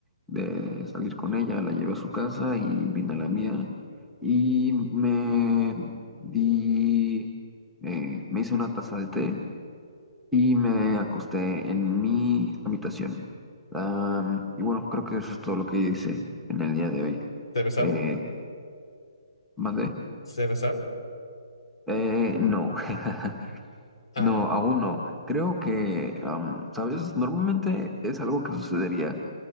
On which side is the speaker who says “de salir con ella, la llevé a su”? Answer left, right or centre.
Centre